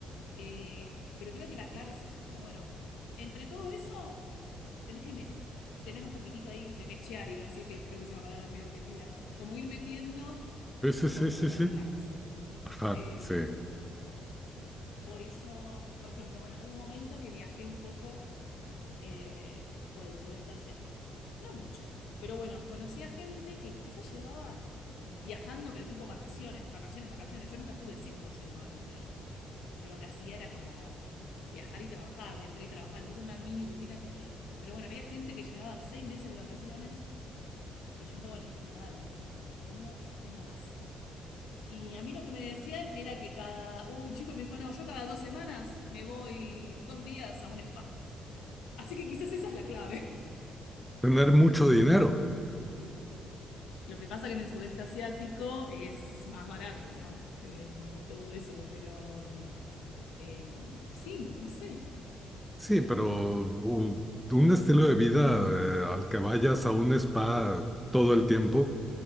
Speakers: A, on the left; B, in the centre.
A: Eh, pero creo que la clave es eso, como bueno, entre todo eso, tenés que me- tener un poquitito ahí de mechear, iba a decir que creo que es una palabra muy argentina, como ir metiendo
B: sí, sí, sí,
A: momentos
B: sí,
A: de
B: sí,
A: relax.
B: ajá,
A: Em,
B: sí.
A: por eso, por ejemplo, bueno, hubo un momento que viajé un poco eh, por el sudeste asiático. No mucho, pero bueno, conocí a gente que quizás llevaba viajando, pero tipo vacaciones, vacaciones, vacaciones. Yo nunca estuve 100% de vacaciones. Yo lo que hacía era como viajar y trabajar, viajar y trabajar. Entonces una mini rutina tenías. Pero bueno, había gente que llevaba seis meses de vacaciones y yo un poco les preguntaba lo mismo, tipo, ¿cómo, cómo hacen? Y a mí lo que me decían era que cada, hubo un chico que me dijo, no, yo cada dos semanas me voy dos días a un spa. Así que quizás esa es la clave.
B: Tener mucho dinero,
A: Lo que pasa que en el sudeste asiático es más barato, ¿no? Em, todo eso, pero mm, em, sí, no sé.
B: sí, pero u- un estilo de vida eh, al que vayas a un spa todo el tiempo.